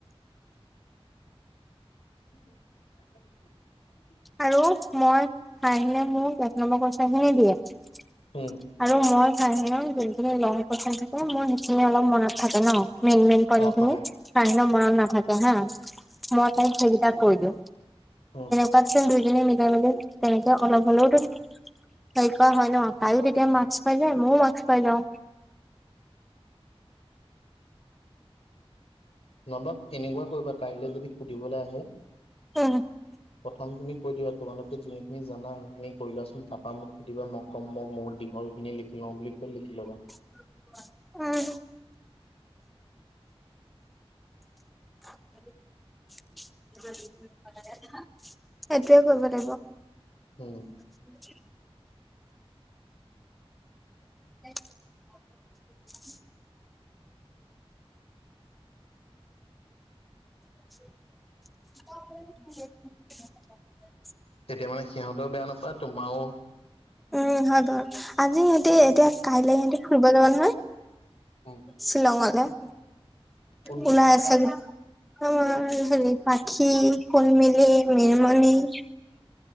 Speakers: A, on the left; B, in the centre.
A: <unintelligible>
B: আৰু মই তইমানে মোক এক নম্বৰ কুৱেশ্যন খিনি দিয়ে।
A: হোম।
B: আৰু মই চাইহেলও যোনখিনি লং কুৱেশ্যন থাকে মোৰ সেইখিনি অলপ মনত থাকে ন। মেইন মেইন পইন্ট
A: অ
B: খিনি
A: অ
B: তাইৰ হেনু মনত নাথাকে হা মই তাইক সেইকেইটা কৈ দিও।
A: হোম।
B: পাতচোন দুইজনীয়ে মিলাই মেলি। তেনেকে অলপ হ'লেওতো হেৰি কৰা হয় ন তাইও তেতিয়া মাৰ্কচ পাই গল। মইও মাৰ্কচ পাই যাওঁ।
A: নবাব এনেকুৱা কৰিবা কাইলৈ যদি সুধিবলৈ আহে।
B: <unintelligible>
A: প্ৰথম তুমি কৈ দিবা তোমালোকে যোনখিনি জানা সেইখিনি কৰি লোৱাচোন তাপা মোক সুধিবা মই কম ম মোৰ দীঘল খিনি লিখি লওঁ বুলি কৈ লিখি ল'বা।
B: উম। <unintelligible> সেইটোৱে কৰিব লাগিব।
A: উম।
B: <unintelligible> <unintelligible> <unintelligible>
A: তেতিয়া মানে সিহঁতেও বেয়া নাপায় তোমাৰও
B: উম হয় বাৰু আজি ইহঁতে এতিয়া কাইলে ইহঁতে ফুৰিব যাব নহয়।
A: উম
B: শ্বিলংলে
A: কোন কোন
B: ওলাই আছে। অ কেজনি পাখি, সোনমিলি, নিৰ্মালি।